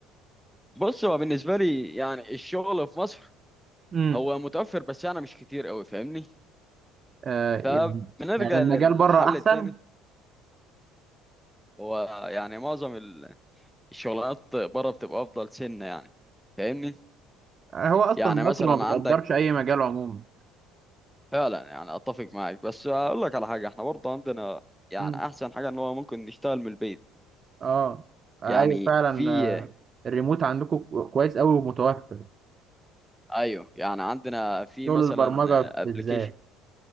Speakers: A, in the centre; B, on the right.
A: بص هو بالنسبه لي يعني الشغل في مصر
B: امم
A: هو متوفر بس يعني مش كتير قوي فاهمني
B: آه
A: فبنرجع
B: يعني يعني المجال
A: للحل
B: بره احسن
A: التاني هو يعني معظم الشغلانات بره بتبقى افضل سنه يعني فاهمني
B: آه، هو اصلا
A: يعني
B: مصر
A: مثلا
B: ما بتقدرش
A: عندك
B: اي مجال عموما
A: فعلا يعني اتفق معاك بس اقول لك على حاجه احنا برضه عندنا يعني
B: امم
A: احسن حاجه ان هو ممكن نشتغل من البيت
B: اه ايوه
A: يعني
B: فعلا
A: في
B: آه، الريموت عندكم كو- كويس قوي ومتوفر
A: ايوه يعني عندنا في
B: شغل
A: مثلا
B: البرمجه بالذات
A: ابلكيشن